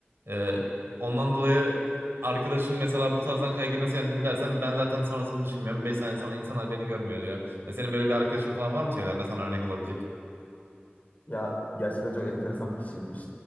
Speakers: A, on the right; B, on the left.
A: E, ondan dolayı arkadaşım mesela bu tarzdan kaygıyı nasıl yendim dersen ben zaten sonrasını düşünmüyorum. 5 sene sonra insanlar beni görmüyor diyor. Ya senin böyle bir arkadaşın falan var mı çevrende sana örnek olabilecek?
B: Ya gerçekten çok enteresan bir kişilikmiş.